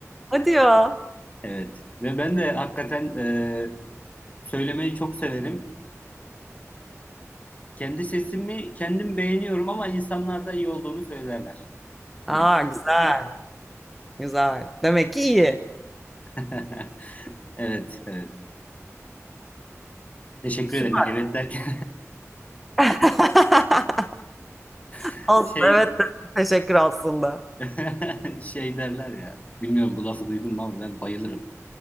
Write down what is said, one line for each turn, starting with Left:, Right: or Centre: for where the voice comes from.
Centre: Hadi ya.
Left: Evet ve ben de hakikaten e, söylemeyi çok severim. Kendi sesimi kendim beğeniyorum ama insanlar da iyi olduğunu söylerler.
Centre: Aa
Left: diye-
Centre: güzel. Güzel. Demek ki iyi.
Left: <laughs> Evet, evet. Teşekkür
Centre: Süper.
Left: ederim. Ben Evet derken
Centre: <laughs>
Left: <laughs>
Centre: Aslında
Left: şey
Centre: evet de teşekkür aslında.
Left: <laughs>
Centre: <laughs>
Left: Şey derler ya. Bilmiyorum bu lafı duydun mu ama ben bayılırım.